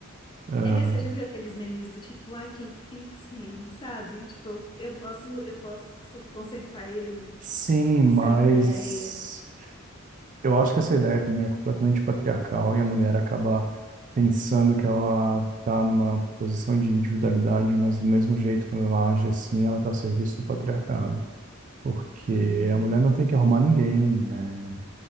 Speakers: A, on the right; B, on the left.
A: Ah,
B: É, você já viu aqueles memes do tipo, I can fix him, sabe? Tipo, eu, eu posso, eu posso consertar ele.
A: sim,
B: essa
A: mas
B: ideia.
A: eu acho que essa ideia também é completamente patriarcal e a mulher acaba pensando que ela está numa posição de individualidade, mas do mesmo jeito, quando ela age assim, ela está a serviço do patriarcado. porque
B: Uhum,
A: a mulher não tem que arrumar ninguém, né?